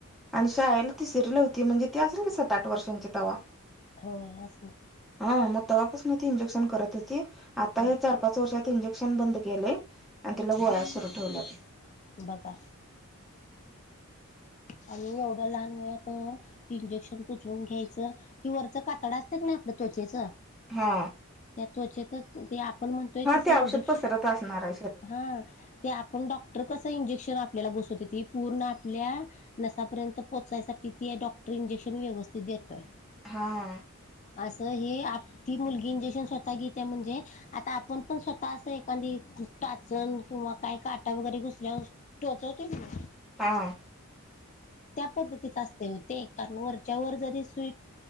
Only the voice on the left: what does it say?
हो अस ना.
ह
बघा. आणि एवढं लहान मुलात इंजेक्शन टुचवून घ्यायचं कि वरचं कातड असतं क ना आपलं त्वचेचं
त्या त्वचेतच ते आपण म्हणतोय
तसं
इंजेक्शन
हा ते आपण डॉक्टर कसं इंजेक्शन आपल्याला घोसवते त पूर्ण आतल्या नसापर्यंत पोचायसाठी त डॉक्टर इंजेक्शन व्यवस्थित देतोय.
असं हे आप ती मुलगी इंजेक्शन स्वंतः घेते आहे म्हणजे आंता आपणं पणं स्वंतः असं एखादी टांचन किंवा कायं कांटा वगैरें घुसल्यावरं टोचवते नां
त्यां पद्धतीचा असते होते कारणं वरच्यां वरं जरी स्वीई